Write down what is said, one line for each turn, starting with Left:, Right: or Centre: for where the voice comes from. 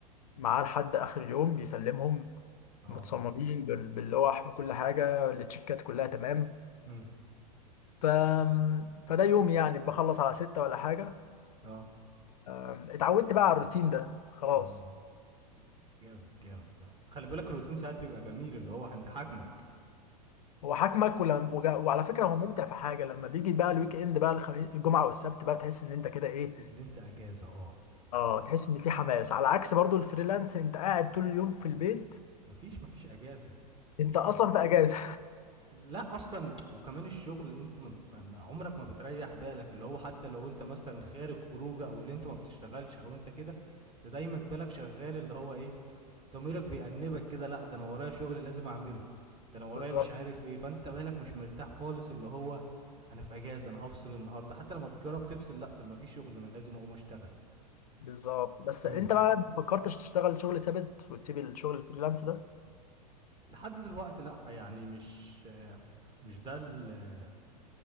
Left: معاه لحد اخر اليوم بيسلمهم
Right: اه
Left: متصممين بال- باللوح بكل حاجه التشيكات كلها تمام
Right: امم
Left: ف... فده يومي يعني بخلص على ستة ولا حاجه
Right: اه
Left: آم، اتعودت بقى على الروتين ده خلاص
Right: اه جامد جامد لا خلي بالك الروتين ساعات بيبقى جميل اللي هو عند حاكمك
Left: هو حاكمك ولما وجا- وعلى فكره هو ممتع في حاجه لما بيجي بقى الويك اند بقى الخميس الجمعه والسبت بقى تحس ان انت كده ايه
Right: اللي انت اجازه اه
Left: اه تحس ان في حماس على عكس برضو الفريلانس انت قاعد طول اليوم في البيت
Right: مفيش مفيش اجازه مفيش
Left: انت اصلا في اجازه
Right: لا اصلا وكمان الشغل انت ما ما- ما- عمرك ما بتريح بالك اللي هو حتى لو انت مثلا خارج خروجه او اللي انت ما بتشتغلش او انت كده انت دايما بالك شغال اللي هو ايه ضميرك بيأنبك كده لا ده انا ورايا شغل لازم اعمله ده انا ورايا
Left: <laughs> بالظبط
Right: مش عارف ايه فانت بالك مش مرتاح خالص اللي هو انا في اجازه انا هفصل النهارده حتى لما بتجرب تفصل لا طب ما في شغل انا لازم اقوم اشتغل
Left: بالظبط بس
Right: امم
Left: انت بقى ما فكرتش تشتغل شغل ثابت وتسيب الشغل الفريلانس ده
Right: لحد دلوقتي لا يعني مش آه، مش ده ال-